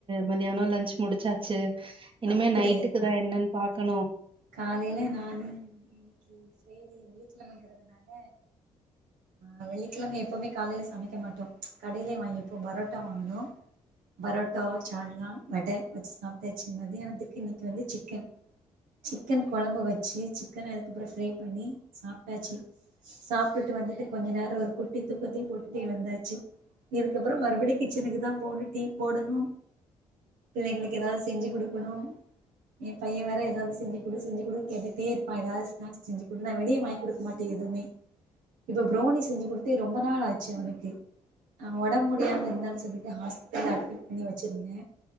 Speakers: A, on the right (about 40°); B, on the right (about 80°).
A: மத்தியானோ லஞ்ச் முடிச்சாச்சி இனிமே
B: அப்டியா
A: நைட்டுக்கு தா என்னன்னு பாக்கணு
B: காலையில நானு இன்னைக் ஃப்ரைடே வெள்ளிக்கிழமைங்கிறதுனால ஆ வெள்ளிக்கிழம எப்வுமே காலையில சமைக்க மாட்டோ கடையிலேயே வாங்கி எப்போ பரோட்டா வாங்கணு பரோட்டோவு சால்னா வட வச்சி சாப்பிட்டாச்சி மத்தியனதுக்கு இன்னைக்கி வந்து சிக்கன் சிக்கன் கொழம்பு வச்சி சிக்கன் அதுக்கப்புறம் ஃப்ரை பண்ணி சாப்பிட்டாச்சி சாப்பிட்டுட்டு வந்துட்டு கொஞ்ச நேரோ ஒரு குட்டி தூக்கத்தையு போட்டுட்டு எழுந்தாச்சு இதுக்கப்புறம் மறுபடி கிச்சனுக்கு தா போகணு டீ போடணு பிள்ளைங்களுக்கு ஏதாவது செஞ்சு குடுக்கணும் எ பைய வேற எதாவது செஞ்சி குடு செஞ்சிகுடுன்னனு கேட்டே இருப்பா ஏதாவது ஸ்நாக்ஸ் செஞ்சிகுடுன்ன நா வெளிய குடுக்க மாட்டே எதுமே இப்ப ப்ரவுனி செஞ்சி குடுத்து ரொம்ப நாள் ஆச்சி அவனுக்கு அ ஒடம்பு முடியாம இருந்தானு சொல்லிட்டு ஹாஸ்ட்டல அட்மிட் பண்ணி வச்சிருந்தே